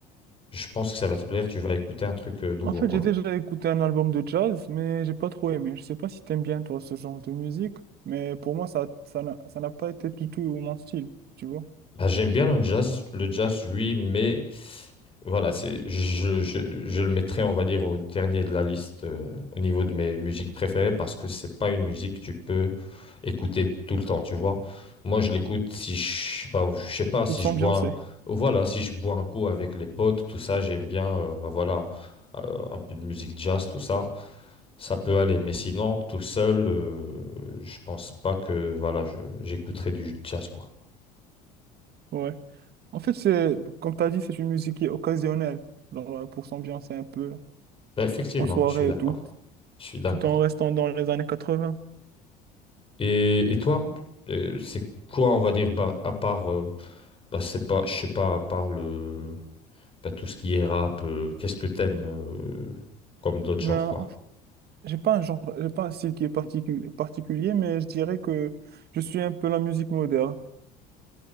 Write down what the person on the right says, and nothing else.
En fait,
j'ai déjà écouté un album de jazz, mais j'ai pas trop aimé. Je sais pas si t'aimes bien, toi, ce genre de musique, mais pour moi, ça, ça n'a ça n'a pas été du tout mon style, tu vois.
Pour s'ambiancer,
ouais. En fait, c'est, comme t'as dit, c'est une musique qui est occasionnelle, genre, euh, pour s'ambiancer un peu
en soirée
et tout,
tout en restant dans les années 80.
Ben,
en fait, j'ai pas un genre, j'ai pas un style qui est particu- particulier, mais je dirais que je suis un peu la musique moderne.